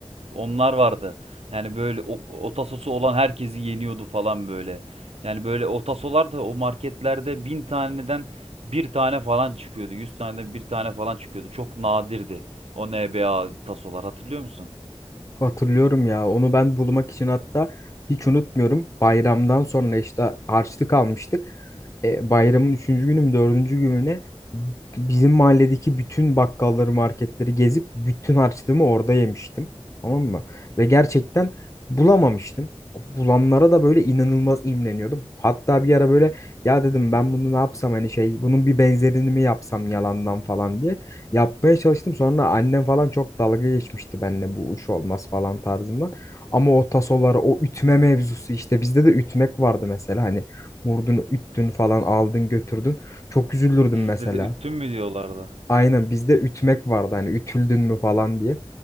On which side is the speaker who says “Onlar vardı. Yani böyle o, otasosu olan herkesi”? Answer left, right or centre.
Right